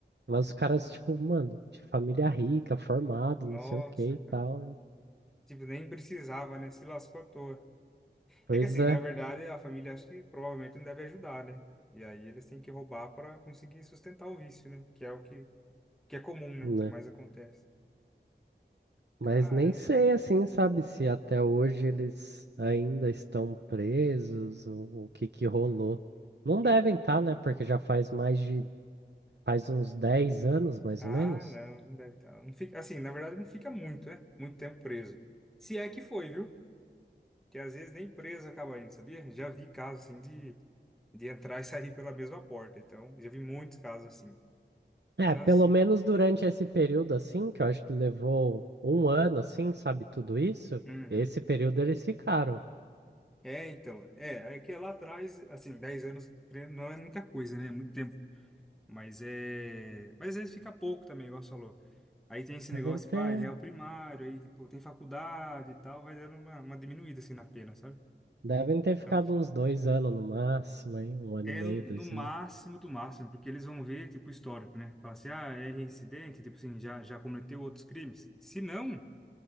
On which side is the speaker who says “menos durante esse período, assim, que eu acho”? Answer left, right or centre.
Right